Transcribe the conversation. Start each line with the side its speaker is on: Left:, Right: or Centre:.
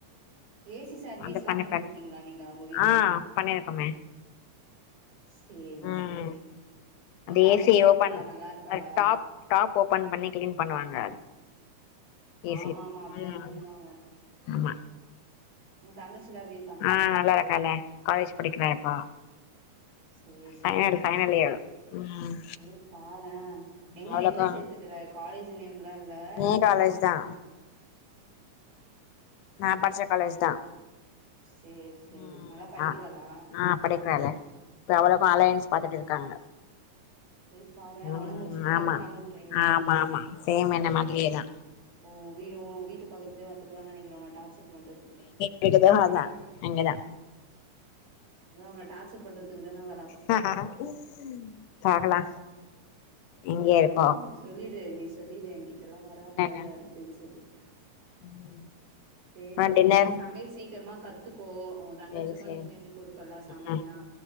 Right: ஏ சி சர்வீஸெல்லா
Left: அது பண்ணிப்பாரு
Right: பண்ணிர்க்கீங்களா நீங்க உங்க வீட்ல
Left: ஆ பண்ணிருக்கோமே
Right: சேரி
Left: ம்
Right: சேரி உங்க
Left: அது
Right: தங்கச்சி
Left: ஏசி
Right: எப்டி
Left: ஓபன்
Right: இருக்கா நல்லா இருக்காளா
Left: அது டாப் டாப் ஓபன் பண்ணி க்ளீன் பண்ணுவாங்க ஏசி
Right: ஆமா ஆமா அப்டிதா
Left: ம்
Right: பண்ணுவாங்க
Left: ஆமா
Right: ஊ தங்கச்சில்லா எப்டி
Left: ஆ நல்லா இருக்காலே காலேஜ் படிக்கிறா இப்போ
Right: சேர் சேரி
Left: final
Right: super
Left: final
Right: super
Left: year ம்
Right: ஏ பாறே எங்க
Left: அவளுக்கு
Right: எங்க சேத்துக்கற காலேஜ் நேம்ல்லா இல்ல
Left: நீ
Right: எங்க
Left: காலேஜ்
Right: சேத்திருக்க
Left: தா நா பட்ச்ச காலேஜ் தா
Right: சேரி சேரி
Left: ம்
Right: நல்லா படிக்கிறாளா
Left: ஆ ஆ படிக்கிறாலே இப்ப அவ்வளுக்கு அலயன்ஸ் பாத்துட்டு இருக்காங்க
Right: ஏய் பாரேன்
Left: ம்
Right: உனக்கு முடிச்சுட்டு
Left: ஆமாஆமா
Right: டக்குன்னு அவங்களுக்கும் படிக்கிறாங்களா?
Left: ஆமா சேம் என்ன மாரியேதா
Right: ஊ வீடு ஊ வீட்டு பக்கத்துலயே வந்துடுவானு நெனக்கிறே உன்ன டார்ச்சர் பண்றதுகு
Left: கேக்குதா அதா அங்கதா
Right: அதா உன்ன டார்ச்சர் பண்றதுக்கு தான வர
Left: ஹ ஹ ஹ பாக்கலா இங்கயே இருக்கு
Right: நீ சொல்லீடு நீ சொல்லீடு என் கிட்டெல்லா வராத
Left: என்னன்னு
Right: அப்டின்னு சொல்லீடு
Left: ம்
Right: சேரி
Left: அப்றோ
Right: சேரி
Left: டின்னர்
Right: நீ சமையல் சீக்கிரமா கத்துக்கோ உன் தங்கச்சிக்கு
Left: சேரி சேரி
Right: நீ செஞ்சு குடுப்பேல சமையல்லா
Left: ம்